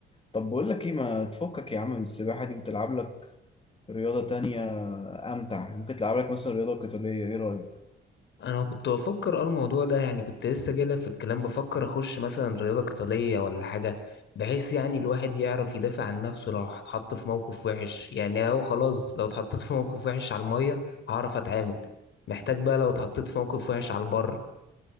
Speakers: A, on the left (about 30°); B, on the left (about 65°).
A: طب بقول لك ايه ما تفكك يا عم من السباحة دي وتلعب لك رياضة تانية أمتع ممكن تلعب لك مثلا رياضة قتالية ايه رأيك؟
B: انا كنت بفكر اه الموضوع ده يعني كنت لسه جايلك في الكلام بفكر اخش مثلا رياضة قتالية ولا حاجة بحيث يعني الواحد يعرف يدافع عن نفسه لو اتحط في موقف وحش يعني هو خلاص لو اتحطيت في موقف وحش على المية هعرف اتعامل محتاج بقى لو اتحطيت في موقف وحش على البر